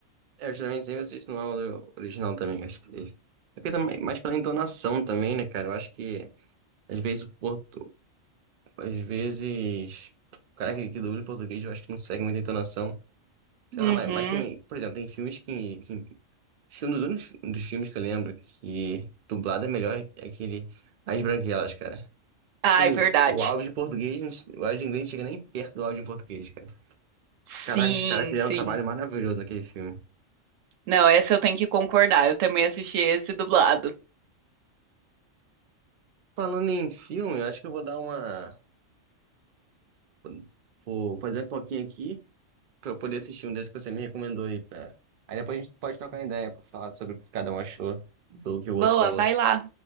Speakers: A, on the right (about 60°); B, on the right (about 75°).
A: É, eu geralmente sempre assisto no áudio original também, acho que. É porque também, mais pela entonação também, né, cara? Eu acho que às vezes o portu... às vezes o cara que, que dubla em português eu acho que não segue muita entonação. Sei
B: Uhum.
A: lá, mas, mas tem, por exemplo, tem filmes que, que... Acho que um dos únicos um dos filmes que eu lembro que dublado é melhor é aquele As Branquelas, cara.
B: Ai,
A: Pô,
B: verdade.
A: o áudio em português, não- o áudio em inglês não chega nem perto do áudio em português, cara.
B: Sim,
A: Caraca, os caras fizeram
B: sim.
A: um trabalho maravilhoso naquele filme.
B: Não, essa eu tenho que concordar. Eu também assisti esse dublado.
A: Falando em filme, eu acho que eu vou dar uma, uma- Vou fazer um pouquinho aqui pra eu poder assistir um desses que você me recomendou aí. Pra... Aí depois a gente pode trocar uma ideia pra falar sobre o que cada um achou do que o
B: Boa,
A: outro falou.
B: vai lá.